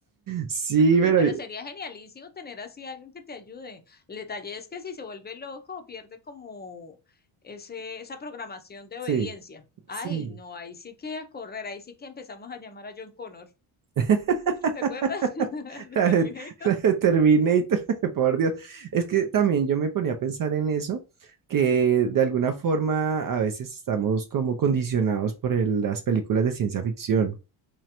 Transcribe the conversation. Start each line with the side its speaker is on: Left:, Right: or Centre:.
Right: Sí, pero
Left: Uy, pero sería genialísimo tener así alguien que te ayude. El detalle es que si se vuelve loco, pierde como ese, esa programación de
Right: Sí,
Left: obediencia. Ay,
Right: sí.
Left: no, ahí sí que a correr, ahí sí que empezamos a llamar a John Connor.
Right: <laughs>
Left: ¿Te acuerdas? <laughs> De
Right: La
Left: Terminator.
Right: de, la de Terminator, <laughs> por Dios. Es que también yo me ponía a pensar en eso, que de alguna forma a veces estamos como condicionados por el- las películas de ciencia ficción.